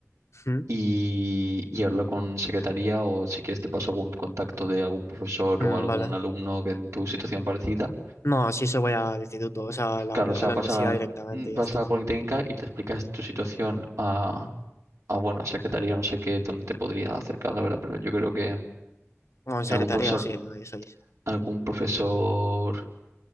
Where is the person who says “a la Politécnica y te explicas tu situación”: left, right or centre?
Right